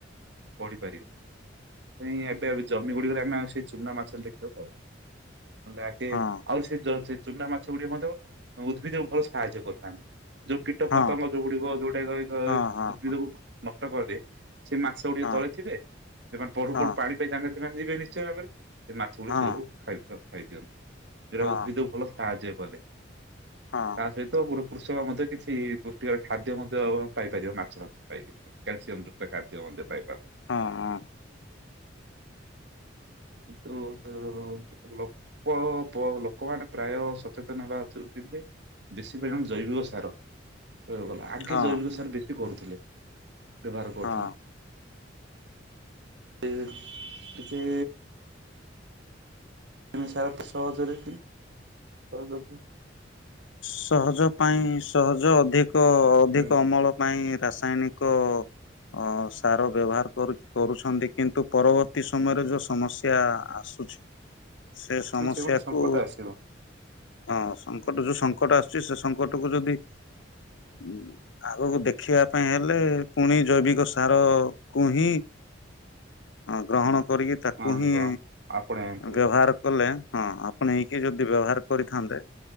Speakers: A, on the right; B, on the left.
A: ବଢି଼ପାରିବ। ସେଥିପାଇଁ ଏବେ ଜମି ଗୁଡ଼ିକରେ ଆମେ ଆଉ ସେ ଚୁନା ମାଛ ଦେଖିବାକୁ ପାଉନୁ ନହେଲେ ଆଗେ
B: ହଁ
A: ଆଉ ସେ ଜ ଚେ ଚୁନା ମାଛ ଗୁଡିି଼କ ମଧ୍ୟ ଅଁ ଉଦ୍ଭିଦକୁ ଭଲ ସାହାଯ୍ୟ କରିଥାନ୍ତି। ଯୋଉ କୀଟ ପତଙ୍ଗ
B: ହଁ
A: ଯୋଉଗୁଡି଼କ ଯୋଉଟାକି ଅଇ ଅଇ
B: ହଁ ହଁ
A: ଉଦ୍ଭିଦକୁ ନଷ୍ଟ କରିଦିଏ ସେ ମାଛ ଗୁଡ଼ିକ
B: ହଁ
A: ତଳେ ଥିବେ ଏମା ପଢ଼ୁ
B: ହଁ
A: ପଢ଼ୁ ପାଣି ପାଇ ତାଙ୍କର ସେମାନେ ଯିବେ ନିଶ୍ଚୟ ଭାବରେ। ଏ ମାଛ ଗୁଡ଼ି
B: ହଁ ହଁ
A: ସେ ଯୋଗୁ ଖାଇ ଖ ଖାଇଦିଅନ୍ତି ଯୋଉରା
B: ହଁ
A: ଉଦ୍ଭିଦକୁ ଭଲ ସାହାଯ୍ୟ କଲେ।
B: ହଁ ହଁ
A: ତା ସହିତ ପୁଣି କୃଷକ ମଧ୍ୟ କିଛି ଇ ପୁଷ୍ଟିକର ଖାଦ୍ୟ ମଧ୍ୟ ପାଇପାରିବ ମାଛ ଭାଛ ପାଇକିରି ତ କ୍ୟାଲସିୟମ୍ ଯୁକ୍ତ ଖାଦ୍ୟ ମଧ୍ୟ ପାଇପାରିବ।
B: ହଁ।
A: ତୁ ସେ ଅଳ ଲ ପ ପ ଲୋକମାନେ ପ୍ରାୟ ସଚେତନ ହେବା ଥ୍ରୁ କେମତି ବେଶୀ ପରିମାଣ ଜୈବିକ ସାର ପ୍ରୟୋଗ କଲା। ଆଗେ
B: ହଁ
A: ଜୈବିକ ସାର ବେଶୀ କରୁଥୁଲେ ବ୍ୟବହାର କରୁଥୁଲେ।
B: ହଁ
A: ଏ ଦେଖି ଆମ ସରା ସହଜରେ କି କରଦକୁ
B: ସହଜ ପାଇଁ ସହଜ ଅଧିକ ଅଧିକ
A: ହୁଁ
B: ଅମଳ ନାଇଁ ରାସାୟନିକ ଅ ସାର ବ୍ୟବହାର କରୁଚି। କରୁଛନ୍ତି କିନ୍ତୁ ପରବର୍ତ୍ତୀ ସମୟରେ ଯୋଉ ସମସ୍ୟା ଆସୁଛି ସେ ସମସ୍ୟାକୁୁ
A: ହୁଁ ଗୋଟେ ସଙ୍କଟ ଆସିବ।
B: ହଁ ସଙ୍କଟ ଯୋଉ ସ କଟ ଆସୁଚି ସେ ସଂକଟକୁ ଯଦି ଉଁ ଆଗକୁ ଦେଖେଇବା ପାଇଁ ହେ ଲେ ପୁଣି ଜୈବିକ ସାର କୁ ହିଁ ଅଁ ଗ୍ରହଣ କରିକି ତାକୁ
A: ହଁ
B: ହିଁ
A: ଗ୍ରହଣ ଆପଣେଇବାକୁ ପଡିବ।
B: ବ୍ୟବହାର କଲେ ହଁ ଆପଣେଇକି ଯଦି ବ୍ୟବହାର କରିଥାନ୍ତେ